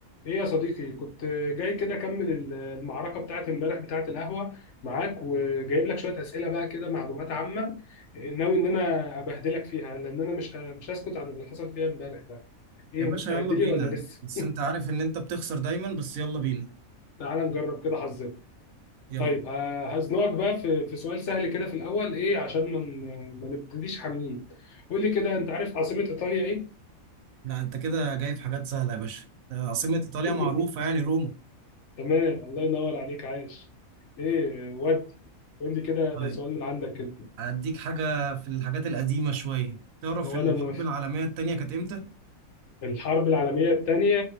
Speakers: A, on the left; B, on the right.
A: ايه يا صديقي كنت جاي كده اكمل ال- المعركه بتاعت امبارح بتاعت القهوه معاك وجايب لك شويه اسئله بقى كده معلومات عامه ناوي ان انا ابهدلك فيها لان انا مش مش هسكت عن اللي حصل فيها امبارح ده ايه
B: يا باشا
A: مستعد
B: يلا بينا
A: لي ولا لسه
B: بس انت عارف ان انت بتخسر دايما بس يلا بينا
A: <laughs> تعال نجرب كده حظنا
B: يلا
A: طيب ه- هزنقك بقى في في سؤال سهل كده في الاول ايه عشان ما ن- ما نبتديش حاميين قول لي كده انت عارف عاصمه ايطاليا ايه
B: لا انت كده جاي في حاجات سهلة يا باشا آه، عاصمة ايطاليا
A: <laughs>
B: معروفة يعني روما
A: تمام الله ينور عليك عايش ايه ودي قول لي كده
B: طيب
A: سؤال من عندك كده
B: هديك حاجة في الحاجات القديمة شوية تعرف
A: هو
B: الحرب
A: أنا موافق
B: العالمية التانية كانت امتى؟
A: الحرب العالمية التانية